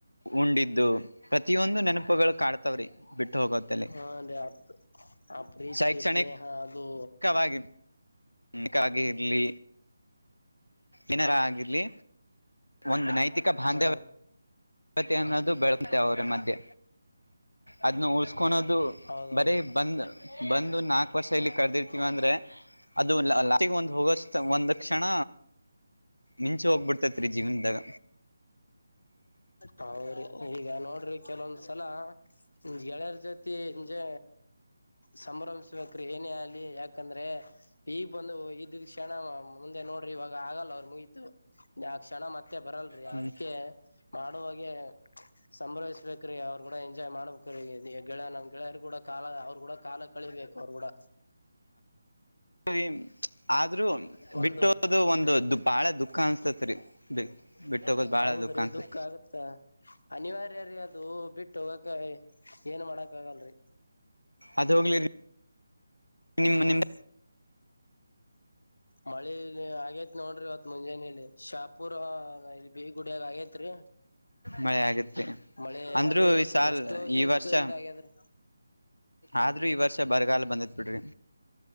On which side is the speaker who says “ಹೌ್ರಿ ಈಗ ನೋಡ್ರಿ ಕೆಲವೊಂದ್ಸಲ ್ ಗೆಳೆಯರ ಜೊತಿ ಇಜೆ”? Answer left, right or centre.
Left